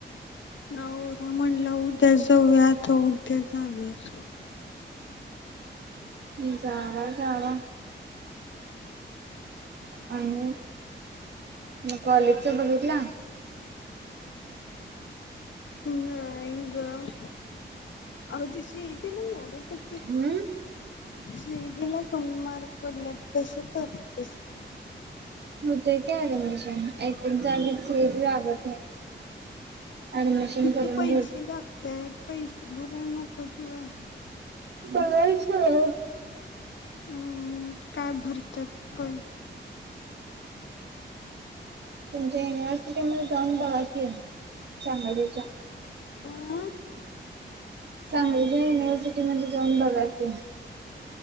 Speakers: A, on the left; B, on the right.
A: न रा म्हणला उद्या जाऊयाता उद्या जाणार
B: हम्म चला चला आणि मग कॉलेजच बघितलं
A: ह एकग अग ती सीईटला मोडीि
B: हम्म
A: सडीला कमी मारग पडल्यात कस कस
B: होत काय रमिशन ऐ ली फेरी लागत नाही ऍडमिशन
A: तिथ
B: करून
A: पैसे
B: घे.
A: लागतय पैसे भरय नको तू आहे
B: बघायचं
A: हम् काय भरतात प
B: तुमच्या युनिव्हर्सिटी मध्ये जाऊन बघ सांगलीच्या
A: ह
B: चांगली ज युनिव्हर्सिटी मध्ये जाऊन बघा त